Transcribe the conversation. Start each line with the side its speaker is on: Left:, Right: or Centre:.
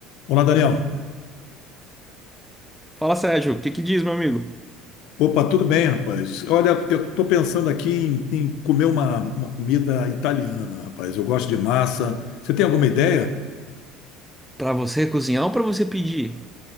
Left: Olá, Daniel.
Centre: Fala, Sérgio, o que que diz, meu amigo?
Left: Opa, tudo bem, rapaz? Olha, eu tô pensando aqui em, em comer uma, uma comida italiana, rapaz. Eu gosto de massa. Você tem alguma ideia?
Centre: Pra você cozinhar ou pra você pedir?